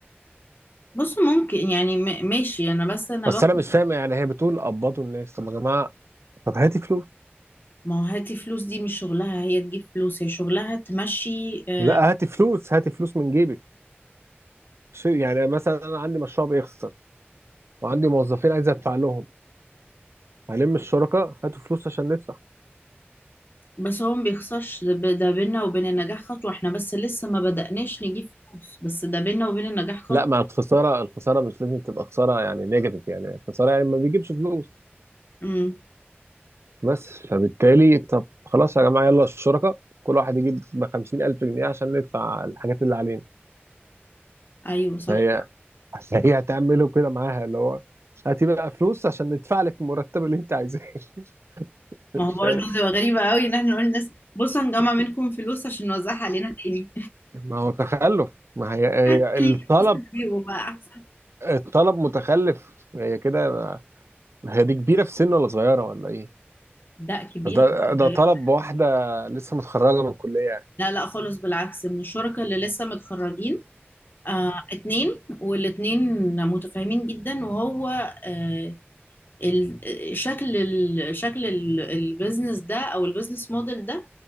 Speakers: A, on the left; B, on the right.
A: بص ممكن يعني م- ماشي انا بس انا
B: بس
A: باخد
B: انا مش فاهم يعني هي بتقول قبضوا الناس طب يا جماعه طب هاتي فلوس
A: ما هو هاتي فلوس دي مش شغلها هي تجيب فلوس هي شغلها تمشي آه،
B: لا هاتي فلوس هاتي فلوس من جيبك شيء- يعني مثلا انا عندي مشروع بيخسر وعندي موظفين عايز ادفع لهم هلم الشركاء هاتوا فلوس عشان ندفع
A: بس هو ما بيخسرش ده ب- ده بينا وبين النجاح خطوه احنا بس لسه ما بدأناش نجيب فلوس بس ده بينا وبين النجاح خطوه
B: لا مع الخساره الخساره مش لازم تبقى خساره يعني نيجاتيف يعني الخساره يعني ما بيجيبش فلوس
A: امم
B: بس فبالتالي طب خلاص يا جماعه يلا الشركاء كل واحد يجيب ب 50000 جنيه عشان ندفع الحاجات اللي علينا
A: ايوه صح
B: فهي هي هتعمله كده معاها اللي هو هاتي بقى فلوس عشان ندفع لك المرتب اللي انت عايزاه <laughs> مش
A: ما هو برضه
B: فاهم
A: تبقى غريبه قوي ان احنا نقول للناس بصوا هنجمع منكم فلوس عشان نوزعها علينا تاني
B: ما هو تخلف ما هي هي
A: حتى
B: الطلب
A: ليه تسيبه بقى احسن
B: الطلب متخلف هي كده هي دي كبيرة في سن ولا صغيرة ولا ايه؟
A: ده كبير
B: بس ده
A: من الصغير.
B: ده طلب واحدة لسه متخرجة من الكلية يعني
A: لا لا خالص بالعكس من الشركاء اللي لسه متخرجين آه اتنين والاتنين متفاهمين جدا وهو آه ال- شكل ال- شكل ال- البيزنس ده او البيزنس موديل ده